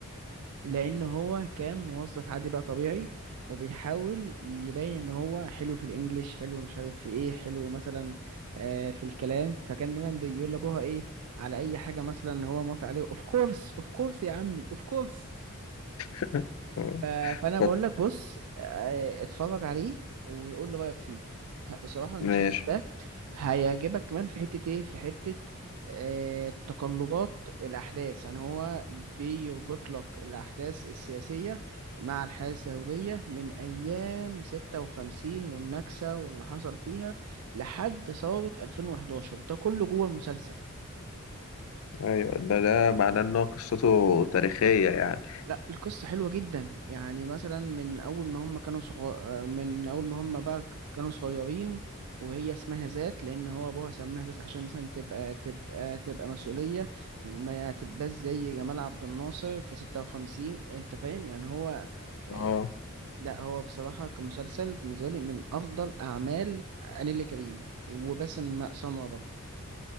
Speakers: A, on the right (about 80°); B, on the left (about 70°).
A: لأن هو كان موظف عادي بقى طبيعي وبيحاول يبين إن هو حلو في الإنجليش حلو مش عارف في إيه حلو مثلا آه، في الكلام فكان دايما بيقول لأبوها إيه على أي حاجة مثلا هو موافق عليه أوف كورس أوف كورس يا عمي أوف كورس
B: <laughs> آه،
A: ف- فانا بقول
B: فت-
A: لك بص آه، اتفرج عليه ويقول لي رايك فيه ه- بصراحه المسلسل
B: ماشي
A: ده هيعجبك كمان في حته ايه في حته آه، تقلبات الاحداث يعني هو بيربط لك الاحداث السياسيه مع الحياه الزوجيه من ايام 56 والنكسه واللي حصل فيها لحد ثوره 2011 ده كله جوه المسلسل
B: أيوة ده ده معناه إن هو قصته تاريخية يعني
A: لا القصة حلوة جدا يعني مثلا من أول ما هم كانوا صغار من أول ما هم بقى كانوا صغيرين وهي اسمها ذات لأن هو أبوها سماها ذات عشان مثلا تبقى تبقى تبقى مسؤولية ما تبقاش زي جمال عبد الناصر في ستة وخمسين أنت فاهم يعني هو آه،
B: اه
A: لا هو بصراحة كمسلسل بالنسبة لي من أفضل أعمال نيللي كريم وباسم سمرة برضه